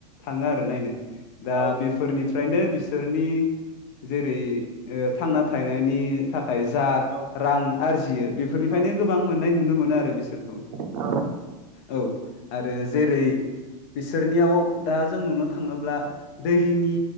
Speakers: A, on the left (about 35°); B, on the right (about 60°).
A: थाङो आरो नायनो दा
B: औ
A: बेफोरनि फ्रायनो बिसोरनि जेरै ओ थांना थानायनि थाखाय जा
B: औ
A: रां आरजियो बेफोरनिफ्रायनो
B: औ
A: गोबां मोननाय नुनो मोनो आरो बिसोरखौ
B: औ
A: औ आरो जेरै बिसोरनियाव दा जों नुनो थाङोब्ला दैनि